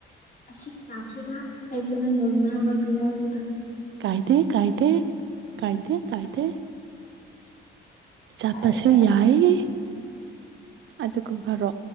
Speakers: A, on the left; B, on the right.
A: ꯉꯁꯤ ꯆꯥꯁꯦꯔꯥ ꯍꯥꯏꯕ ꯅꯪ ꯉꯝꯕ꯭ꯔ ꯃꯔꯛꯇ ꯉꯥꯡꯕꯗ
B: ꯀꯥꯏꯗꯦ ꯀꯥꯏꯗꯦ ꯀꯥꯏꯗꯦ ꯀꯥꯏꯗꯦ ꯆꯥꯠꯄꯁꯨ
A: ꯍꯥꯏꯔ
B: ꯌꯥꯏꯌꯦ ꯑꯗꯨꯒꯨꯝꯕꯔꯣ